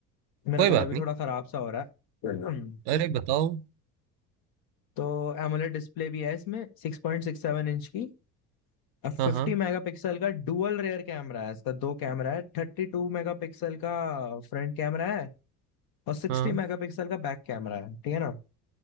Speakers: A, on the left (about 45°); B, on the right (about 55°).
A: मेरा
B: कोई बात
A: गला भी
B: नहीं
A: थोड़ा खराब सा हो रहा है <clears throat>
B: अरे बताओ
A: तो एमोलेड डिस्प्ले भी है इसमें सिक्स पॉइंट सिक्स सेवन इंच की अब फिफ्टी
B: हाँ हाँ
A: मेगापिक्सल का डुअल रेयर कैमरा है इसका दो कैमरा है थर्टी टू मेगापिक्सल का फ्रंट कैमरा है और सिक्सटी
B: हाँ
A: मेगापिक्सल का बैक कैमरा है ठीक है ना